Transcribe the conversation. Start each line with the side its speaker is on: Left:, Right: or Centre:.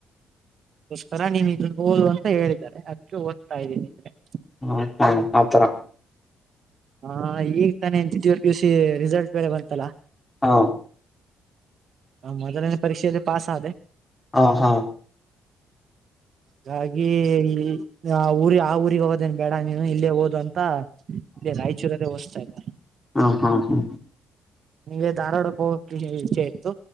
Right: ಕ್ಕೋಸ್ಕರ ನೀವು ಇದನ್ ಓದು ಅಂತ ಹೇಳಿದ್ದಾರೆ ಅದಕ್ಕೆ ಓದ್ತಾ ಇದ್ದೀನಿ ಇದ್ <unintelligible>
Left: ಹ್ಮ ಹ್ಮ ಆಥರ
Right: ಹಾ ಈಗ ತಾನೆ ದ್ವಿತೀಯ ಪಿ ಯು ಸಿ ರಿಸಲ್ಟ್ ಬೇರೆ ಬಂತಲ್ಲಾ
Left: ಹಾ
Right: ನನ್ ಮೊದಲನೆ ಪರೀಕ್ಷೆಯಲ್ಲಿ ಪಾಸ್ ಆದೆ.
Left: ಹಾ ಹಾ
Right: ಹಾಗಾಗಿ ಈ ಆ ಊರಿಗೆ ಆ ಊರಿಗೆ ಹೋಗೋದೇನ್ ಬೇಡ ನೀನು ಇಲ್ಲೇ ಹೋದು ಅಂತ ಇಲ್ಲಿ ರಾಯಚೂರಲ್ಲೇ <unintelligible> ಇಲ್ಲ
Left: ಹ ಹಾ ಹಾ
Right: ನಿಮಗೆ ಧಾರವಾಡಕ್ಕೆ ಹೋಗಕ್ ಇಚ್ಛೆ ಇತ್ತು.